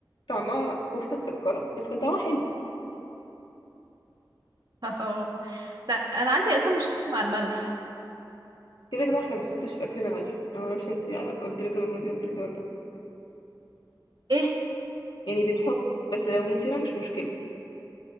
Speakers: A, on the left; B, on the right.
A: طعمها كفته مسكره بس كان طعمها حلو
B: <laughs> اه ده انا عندي الفان مشكله مع الملح
A: كده كده احنا ما بنحطش في اكلنا ملح انا ما اعرفش انت قلت لك المعلومه دي قبل كده ولا لا
B: ايه
A: يعني بنحط بس لو نسينا مش مشكله